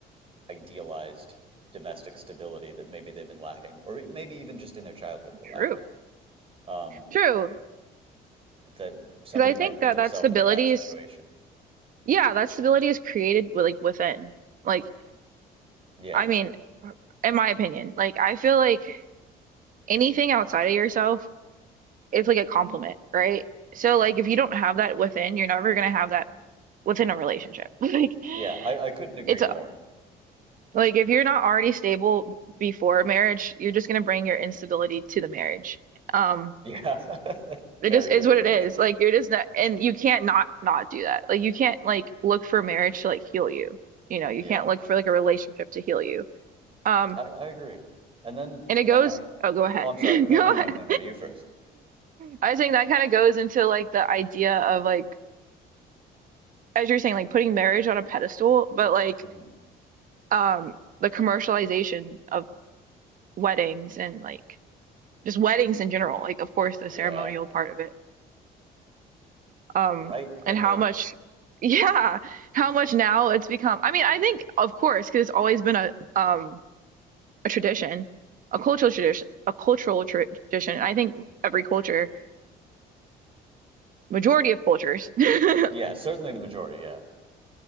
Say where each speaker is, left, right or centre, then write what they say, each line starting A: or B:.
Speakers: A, on the right (about 35°); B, on the right (about 50°).
A: idealized domestic stability that maybe they've been lacking, or maybe even just in their childhood were lacking.
B: true,
A: Um,
B: true.
A: that somebody
B: Because I
A: might
B: think
A: put
B: that
A: themselves
B: that stability
A: in a bad situation.
B: is, yeah, that stability is created with, like within. Like,
A: Yeah.
B: I mean, in my opinion, like I feel like anything outside of yourself it's like a compliment, right? So like if you don't have that within, you're never gonna have that within a relationship. <laughs> Like
A: Yeah. I, I couldn't agree
B: it's
A: more.
B: a- like if you're not already stable before marriage, you're just gonna bring your instability to the marriage. Um,
A: Yeah. <laughs>
B: it
A: Very,
B: just
A: very,
B: is what
A: very
B: it is.
A: true.
B: Like you're just not, and you can't not not do that. Like you can't like look for marriage to like heal you. You know, you
A: Yeah.
B: can't look for like a relationship to heal you. Um,
A: I, I agree. And then
B: and it
A: on
B: goes,
A: the
B: oh, go ahead.
A: Oh, I'm
B: <laughs>
A: sorry.
B: Go
A: No, no, no,
B: ahead.
A: no, no. You 1st
B: I think that kind of goes into like the idea of like as you're saying, like putting marriage on a pedestal, but like
A: hmm
B: um the commercialization of weddings and like just weddings in general, like of course the
A: Yeah.
B: ceremonial part of it. Um
A: Right. Then
B: and how
A: the
B: much <laughs> yeah, how much now it's become. I mean, I think of course because it's always been a um a tradition, a cultural tradition, a cultural tra- tradition. And I think every culture, majority of cultures, <laughs> you
A: yeah, certainly the majority. Yeah.